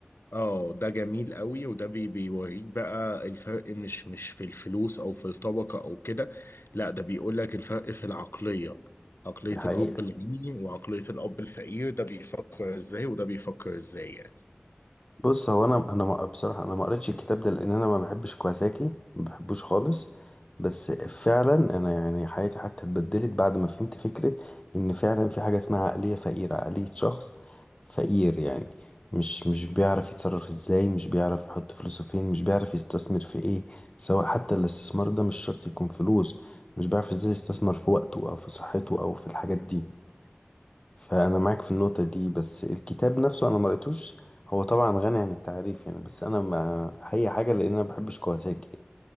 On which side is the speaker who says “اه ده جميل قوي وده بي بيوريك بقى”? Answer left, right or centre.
Left